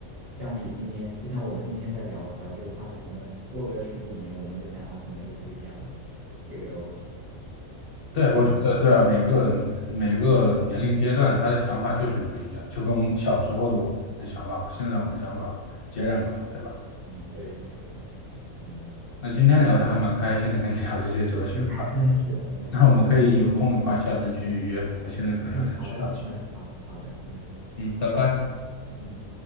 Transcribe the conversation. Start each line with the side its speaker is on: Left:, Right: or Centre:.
Right: 相比今天，就像我们今天在聊聊这个话题，可能过个十几年，我们的想法可能又不一样。这个都，
Left: 对，我觉得对啊，
Right: 嗯
Left: 每个每个年龄阶段，他的想法就是不一样，就跟小时候的我们的想法和现在我们的想法截然不同，对吧？
Right: 嗯，对对对，是的，是的，嗯，
Left: 那今天聊的还蛮开心的，跟你聊这些哲学。
Right: <laughs> 是的，嗯，
Left: 那我们可以有空的话，
Right: 收获挺，
Left: 下次去约。我现在可能有点事要去。
Right: 嗯，好的，嗯，好，好的，嗯
Left: 嗯，拜拜。
Right: 嗯。